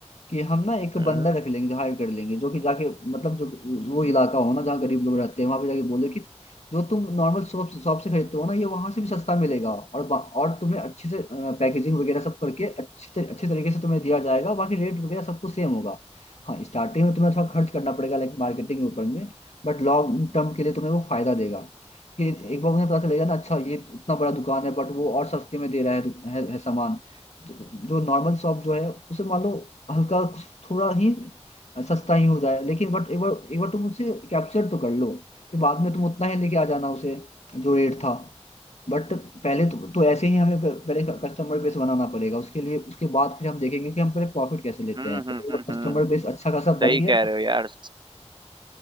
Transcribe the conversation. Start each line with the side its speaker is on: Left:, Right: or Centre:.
Left: कि हम ना एक
Right: हम्म
Left: बंदा रख लेंगे जो हायर कर लेंगे जो कि जाके मतलब जो वो इलाका हो ना जहाँ गरीब लोग रहते हैं वहां पे जाके बोले कि जो तुम नॉर्मल शॉप शॉप से खरीदते हो ना ये वहां से भी सस्ता मिलेगा और बा- और तुम्हें अच्छे से पैकेजिंग वगैरह सब करके अच्छे तर, अच्छे तरीके से तुम्हें दिया जाएगा बाकी रेट वगैरह सब कुछ सेम होगा हाँ स्टार्टिंग में तुम्हें थोड़ा खर्च करना पड़ेगा लाइक मार्केटिंग के ऊपर में बट लॉन्ग टर्म के लिए तुम्हें वो फायदा देगा कि एक बार उन्हें पता चलेगा ना अच्छा ये इतना बड़ा दुकान है बट वो और सस्ते में दे रहा है, है, है सामान जो नॉर्मल शॉप जो है उसे मान लो हल्का कुछ थोड़ा ही सस्ता ही हो जाए लेकिन बट एक बार एक बार तुम उसे कैप्चर तो कर लो फिर बाद में तुम उतना ही लेके आ जाना उसे जो रेट था बट पहले तो, तो ऐसे ही हमें प- पहले कस्टमर बेस बनाना पड़ेगा उसके लिए उसके बाद फिर हम देखेंगे कि हम पहले प्रॉफिट कैसे लेते
Right: हम्म
Left: हैं पहले
Right: हम्म
Left: एक
Right: हम्म,
Left: बार
Right: हम्म,
Left: कस्टमर बेस अच्छा खासा
Right: सही
Left: बन गया
Right: कह
Left: ना
Right: रहे हो यार